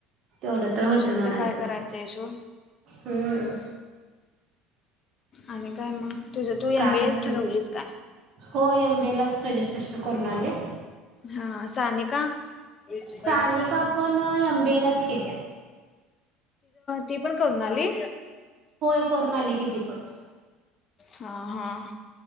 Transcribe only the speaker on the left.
बसुन
तर काय करायचं सोड
आणि काय मग तुझ तू
एम बी
ए ठरवलीस
काय
हा सानिका तिच
ती पण करून आली
हा हा.